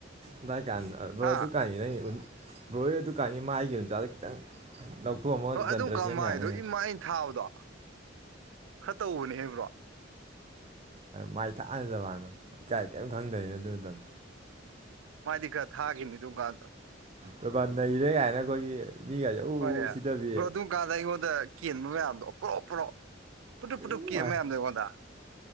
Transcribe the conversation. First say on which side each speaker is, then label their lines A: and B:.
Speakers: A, on the right; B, on the right.
A: ꯑꯗꯥꯏꯀꯥꯟ ꯕ꯭ꯔꯣ
B: ꯍꯥ
A: ꯑꯗꯨꯀꯥꯟꯒꯤ ꯅꯪꯒꯤ ꯎꯟ ꯕ꯭ꯔꯣ ꯍꫭꯏ ꯑꯗꯨꯀꯥꯟꯒꯤ ꯃꯥꯒꯤ ꯎꯟꯖꯥꯗꫭ ꯈꯤꯇꯪ ꯂꯧꯊꯣꯛꯑꯝꯃꯒ
B: ꯍꯣꯏ
A: ꯖꯟꯇ꯭ꯔ
B: ꯑꯗꯨꯝ ꯀꯥꯟ
A: ꯁꯦꯝ
B: ꯃꯥꯏꯗꯣ
A: ꯌꯥꯅꯤꯅꯦ
B: ꯏꯃꯥ ꯑꯩꯅ ꯊꯥꯕꯗꯣ ꯈꯔ ꯇꯧꯕꯅꯦ ꯍꯦ ꯕ꯭ꯔꯣ
A: ꯃꯥꯏ ꯊꯥꯕꯅꯦ ꯑꯗꯨꯀꯥꯟꯗꫭ ꯏꯀꯥꯏ ꯀꯔꯤꯝ ꯈꯪꯗꯝꯅꯦ ꯑꯗꯨ ꯃꯇꯝꯗꫭ
B: ꯃꯥꯏꯗꯤ ꯈꯔ ꯊꯥꯒꯤꯝꯅꯤ ꯗꯨꯝ ꯀꯥꯟꯗꫭ
A: ꯂꯨꯄꯥ ꯅꯩꯔꯦ ꯌꯥꯏꯅ ꯑꯩꯈꯣꯏꯒꯤ ꯃꯤꯒꯁꯦ ꯎ
B: ꯍꯣꯏꯅꯦ
A: ꯎ ꯁꯤꯊꯕꯤ
B: ꯕ꯭ꯔꯣ ꯑꯗꯨꯝ ꯀꯥꯟꯗ ꯑꯩꯉꯣꯟꯗ ꯀꯦꯟꯕ ꯃꯌꯥꯝꯗꯣ ꯄꫭꯔꫭꯞ ꯄꫭꯔꫭꯞ ꯄꯨꯗꯨꯨꯞ ꯄꯨꯗꯨꯞ
A: ꯎ
B: ꯀꯦꯟꯕ
A: ꯃꯥꯏ
B: ꯃꯌꯥꯝꯗꫭ ꯑꯩꯉꯣꯟꯗ